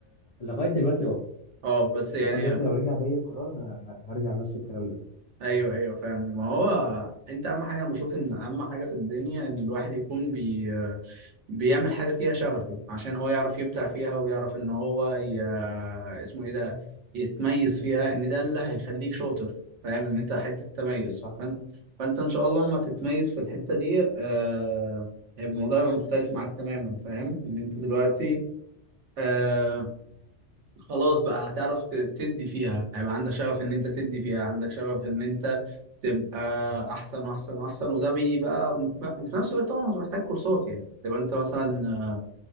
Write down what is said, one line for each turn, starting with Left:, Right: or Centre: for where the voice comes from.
Left: لغايه دلوقتي اه
Right: اه بس يعني
Left: لغايه دلوقتي لو رجع بيا القرار ه- ه- هرجع نفس الكلام ده
Right: ايوه ايوه فاهم ما هو انت اهم حاجه انا بشوف ان اهم حاجه في الدنيا ان الواحد يكون بي بيعمل حاجة فيها شغفه عشان هو يعرف يبدع فيها ويعرف إن هو ي... اسمه إيه ده يتميز فيها إن ده اللي هيخليك شاطر فاهم إن أنت حتة تميز
Left: صح
Right: فأنت فأنت إن شاء الله لما تتميز في الحتة دي آه... هيبقى الموضوع هيبقى مختلف معاك تماما فاهم إن أنت دلوقتي آه... خلاص بقى هتعرف ت- تدي فيها هيبقى عندك شغف إن أنت تدي فيها عندك شغف إن أنت تبقى أحسن وأحسن وأحسن وده بيبقى وفي وفي نفس الوقت طبعا أنت محتاج كورسات يعني تبقى أنت مثلا